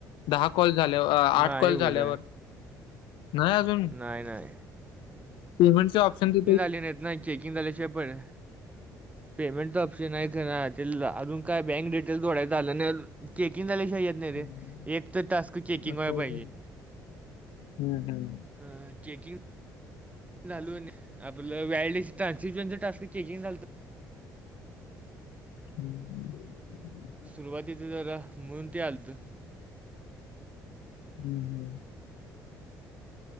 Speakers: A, on the left; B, on the right.
A: दहा कॉल झाल्यावर, अ आठ
B: नाही
A: कॉल
B: उघड
A: झाल्यावर न्हाय अजून.
B: नाय, नाय.
A: पेमेंटचे ऑप्शन दि
B: चेकिंग झाले नाहीत ना, चेकिंग झाल्याशिवाय पर पेमेंटच ऑप्शन आहे दिलं नाशिलं अजून काय बँक डिटेल जोडायचं आलं नाही अजून, चेकिंग झाल्याशिवाय येत नाही
A: हम्म.
B: रे, एक तर टास्क चेकिंग
A: आता
B: व्हाया
A: अजून-
B: पाहिजे.
A: हम्म, हम्म.
B: अं चेकिंग चालू आहे ना, आपलं व्हॅलिडेशन ट्रांजक्शन च टास्क चेकिंग झालत.
A: <inaudible>
B: सुरुवातीचं जरा म्हणून ते आलतं.
A: हम् -हम्,